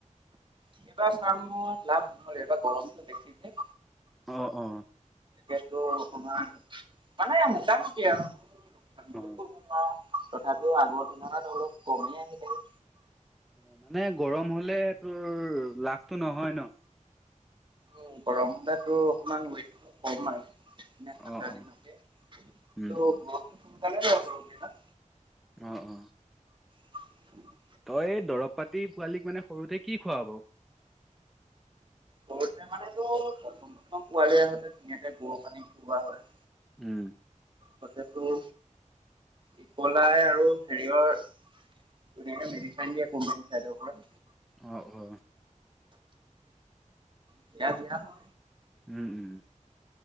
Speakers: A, on the right; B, in the centre.
A: এইবাৰ ফাৰ্মত লাভ নহৰে এইবাৰ গৰমটো বেছি যে।
B: অ - অ।
A: কেতো অকমান মানে মোটামুটি আৰু। াৰবলৈ
B: অ
A: গবা <unintelligible> তথাপিও আগৰ তুলনাত অলপ কমেই আহিলে।
B: অ, মানে গৰম হলে তোৰ লাভ তটো নহয় ন।
A: উম, গৰম হলে তোৰ অকমান ৱেট কম আহে। ঠাণ্ডাৰ
B: অ অ
A: দিনতে কিন্তু
B: উম উম
A: মসটো সোনকালে ন <unintelligible>
B: অ - অ।
A: উ <inaudible>
B: তই দৰৱ পাতি পোৱালীক মানে সৰুতে কি খোৱাব বাৰু?
A: সৰুতে মানে তেৰ প্ৰথম - প্ৰথম পোৱালী আহোতে ধুনীয়াকে গুৰৰ পানী খুওৱা হয়।
B: উম।
A: ততে তোৰ ইকলাই আৰু হেৰিয়ৰ ধনীয়াকে মেডিচ দিয়ে কোম্পানী চাইডৰ পৰা।
B: অ-অ।
A: সেইয়া দিয়া হয়।
B: উম - উম